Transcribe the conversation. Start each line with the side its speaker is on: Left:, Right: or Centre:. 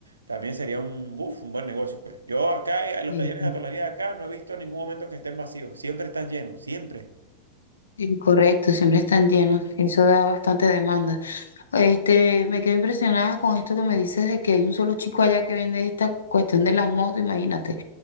Right: también sería un, buf, un buen negocio, pues. Yo acá, eh, en los
Left: sí,
Right: talleres
Left: sí.
Right: de la tonería de acá, no he visto en ningún momento que estén vacíos, siempre están llenos, siempre.
Left: Sí, Correcto, siempre están llenos. Eso da bastante demanda. Este, me quedo impresionada con esto que me dices de que hay un solo chico allá que vende esta cuestión de las motos, imagínate.